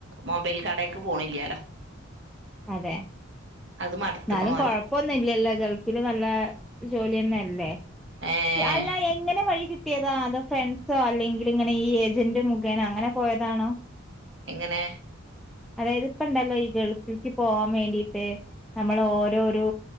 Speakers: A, on the right; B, in the centre.
A: മൊബൈൽ കടേക്ക് പോണില്ലാലോ
B: അതെ
A: അത് മടുത്തുക്കണോലോ
B: എന്നാലും കൊഴപ്പൊന്നും ഇല്ലല്ലോ ഗൾഫില് നല്ല ജോലി ഒന്നല്ലേ
A: ഏഹ്
B: അല്ല എങ്ങനെ വഴി കി ട്ടിയതാ അതോ ഫ്രണ്ട്സോ അല്ലെങ്കിൽ ഇങ്ങനെ ഈ ഏജന്റ് മുഖേനേ അങ്ങനെ പോയതാണോ
A: എങ്ങനെ
B: അതായത് ഇപ്പ ഉണ്ടാലോ ഈ ഗൾ ഫിക്ക് പോവാൻ വേണ്ടിട്ട് നമ്മൾ ഓരോരു